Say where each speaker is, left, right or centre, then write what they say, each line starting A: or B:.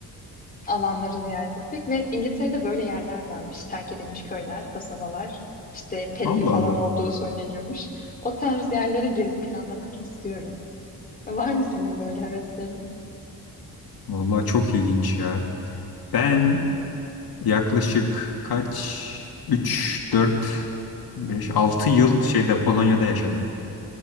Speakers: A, on the left; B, on the left.
A: alanları ziyaret etmek ve İngiltere'de böyle yerler varmış. Terk edilmiş köyler, kasabalar, işte perili
B: Allah
A: falan
B: Allah.
A: olduğu söyleniyormuş. O tarz yerlere gezi planlamak istiyorum. Var mı senin böyle heveslerin?
B: Vallahi çok ilginç ya. Ben yaklaşık kaç? üç 4 5 6 yıl şeyde Polonya'da yaşadım.